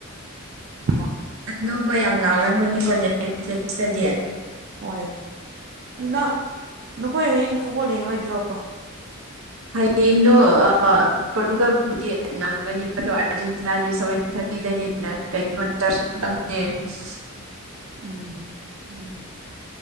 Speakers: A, on the right (about 45°); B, on the right (about 70°).
A: ꯋꯥ
B: ꯑꯅꯧꯕ ꯌꯥꯝ ꯂꯥꯛꯂꯝꯒꯅꯤꯀꯣ ꯅꯦꯠꯐ꯭ꯂꯤꯁꯇꯗꯤ
A: ꯅꯦꯠꯐ꯭ꯂꯤꯛꯁꯇꯗꯤ
B: <unintelligible>
A: ꯍꯣꯏ ꯑꯗꯨ ꯅꯪ ꯅꯈꯣꯏ ꯍꯌꯦꯡ ꯐꯨꯠꯕꯣꯜ ꯌꯦꯡꯂꯣꯏꯗ꯭ꯔꯣ
B: ꯍꯌꯦꯡꯗꯣ ꯑꯥ ꯄꯣꯔꯇꯨꯒꯜꯕꯨꯇꯤ ꯅꯪꯒꯅꯤ ꯑꯗꯣ <unintelligible> ꯑꯥꯔꯖꯦꯟꯇꯤꯅꯥꯗꯤ ꯁꯚꯦꯟ ꯊꯥꯔꯇꯤꯗꯅꯤꯅ ꯀꯩꯅꯣ ꯆꯔꯆ ꯃꯇꯝꯅꯦ <unintelligible>
A: ꯎꯝ ꯑꯗꯨꯅꯦ